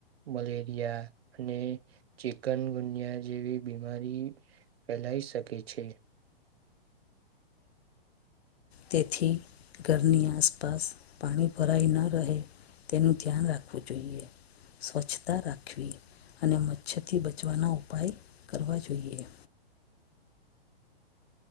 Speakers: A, on the right; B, on the left.
A: મલેરિયા, અને ચિકન ગુનિયા જેવી બીમારી ફેલાઈ સકીકે છે.
B: તેથી ઘરની આસપાસ પાણી ભરાઈ ન રહે તેનું ધ્યાન રાખવું જોઈએ. સ્વચ્છતા રાખવી, અને મચ્છરથી બચવાના ઉપાય કરવા જોઈએ.